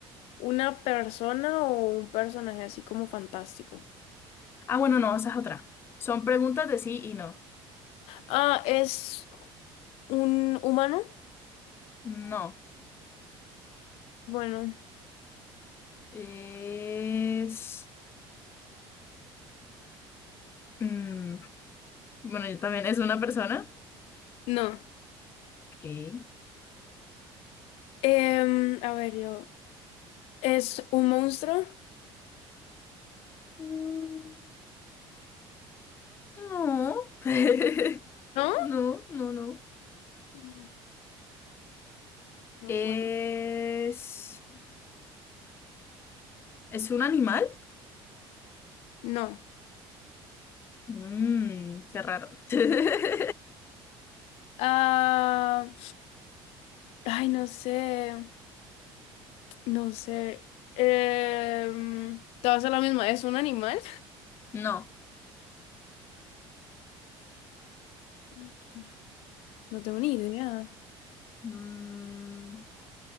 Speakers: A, on the left; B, on the left.
A: una persona o un personaje así como fantástico?
B: Ah, bueno, no, esa es otra. Son preguntas de sí y no.
A: Ah, es ¿Un humano?
B: No.
A: Bueno,
B: Es... mm, bueno, yo también. ¿Es una persona?
A: no.
B: Ok.
A: Em, a ver, yo. ¿Es un monstruo?
B: Mm, no. <laughs>
A: ¿No?
B: No, no, no.
A: Monstruo,
B: ¿Es...
A: bueno,
B: ¿Es un animal?
A: no.
B: Mmm, qué raro. <laughs>
A: Ah, ay, no sé. No sé. Em, te vas a la misma. ¿Es un animal?
B: No.
A: <laughs> No tengo ni idea.
B: Mm,